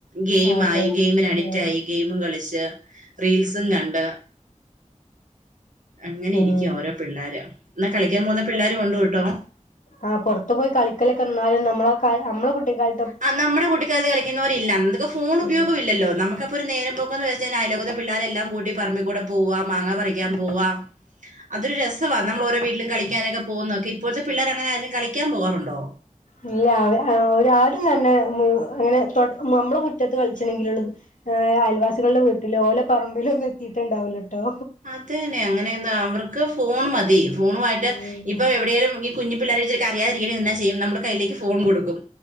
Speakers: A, on the right (about 80°); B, on the left (about 85°).
A: ഗെയിം
B: അതെ
A: ആയി ഗെയിമിനഡിക്റ്റായി
B: ഉം
A: ഗെയിമും കളിച്ച് റീൽസും കണ്ട് അങ്ങനെ ഇരിക്കുവ
B: ഉം
A: ഓരോ പിള്ളാര് എന്നാ കളിക്കാൻ പോവുന്ന പിള്ളേരും ഒണ്ട്ട്ടോ?
B: ആഹ് പൊറത്ത് പോയി കളിക്കലൊക്കെ എന്നാലും നമ്മള് കൽ അമ്മടെ കുട്ടിക്കാല
A: ആ നമ്മുടെ കുട്ടിക്കാലത്ത് കളിക്കുന്നപോലില്ല അന്നൊക്കെ ഫോണ് ഉപയോഗമില്ലല്ലോ
B: ഉം
A: നമുക്ക ഒരു നേരം പോക്കെന്ന് വെച്ചാ അയലോകത്തെ പിള്ളേരെല്ലാം കൂട്ടി പറമ്പി കൂടെ പോവാ മാങ്ങ പറിക്കാൻ
B: ഉം
A: പോവാ അതൊര് രസവാ നമ്മള് ഓരോ വീട്ടിലും കളിക്കനൊക്കെ പോവുന്നൊക്കെ ഇപ്പോഴത്തെ പിള്ളേരങ്ങനെ ആരേലും കളിക്കാൻ പോവാറുണ്ടോ?
B: ഇല്ല അവരാ അവരാരും തന്നെ അങ്ങനെ നമ്മള് മുറ്റത്ത് കളിച്ചണെങ്കിൽ ഉള്ളൂ- ഏഹ് അയൽവാസികളുടെ വീട്ടിലൊ ഓലോ പറമ്പിലും ഒന്നും എത്തിയിട്ടുണ്ടാവലാട്ടോ
A: അതെന്നെ അങ്ങനെന്താ അവർക്ക് ഫോൺ മതി ഫോണുമായിട്ട്
B: ഉം
A: ഇപ്പൊ എവിടേലും കുഞ്ഞി പിള്ളേരിച്ചരി കരയാതിരിക്കനെന്നാ ചെയ്യും നമ്മള് കയ്യിലേക്ക് ഫോൺ കൊടുക്കും